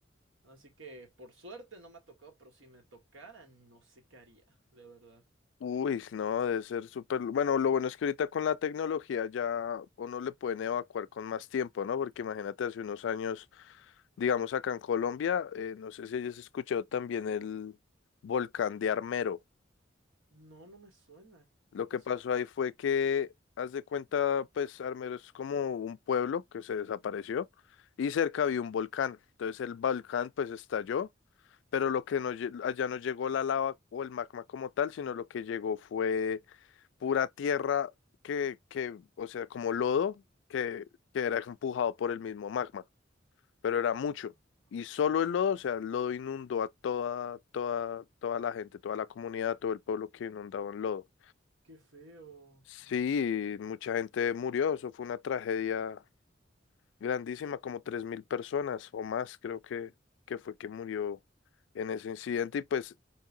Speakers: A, on the right; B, on the left.
A: así que por suerte no me ha tocado, pero si me tocara, no sé qué haría, de verdad.
B: Uy, no, debe ser súper... Bueno, lo bueno es que ahorita con la tecnología ya uno le pueden evacuar con más tiempo, ¿no? Porque imagínate, hace unos años, digamos acá en Colombia, eh, no sé si hayas escuchado también el volcán de Armero.
A: No, no me suena.
B: Lo
A: ¿Qué pasó?
B: que pasó ahí fue que, haz de cuenta, pues Armero es como un pueblo que se desapareció y cerca había un volcán. Entonces el volcán pues estalló, pero lo que no, lle- allá no llegó la lava o el magma como tal, sino lo que llegó fue pura tierra que, que, o sea, como lodo que, que era empujado por el mismo magma, pero era mucho.
A: Ah,
B: Y solo
A: qué fuerte.
B: el lodo, o sea, el lodo inundó a toda, toda, toda la gente, toda la comunidad, todo el pueblo que inundaba en lodo.
A: Qué feo,
B: Sí,
A: no.
B: mucha gente murió, eso fue una tragedia grandísima, como 3.000 personas o más creo que, que fue que murió en ese incidente y pues